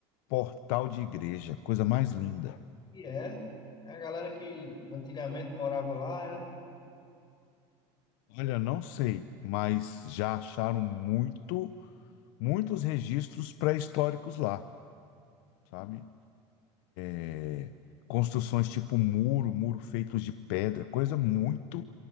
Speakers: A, on the left; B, on the left.
A: portal de igreja, coisa mais linda.
B: e é. É a galera que antigamente morava lá, era.
A: Olha, não sei, mas já acharam muito, muitos registros pré-históricos lá, sabe? É, Construções tipo muro, muro feitos de pedra, coisa muito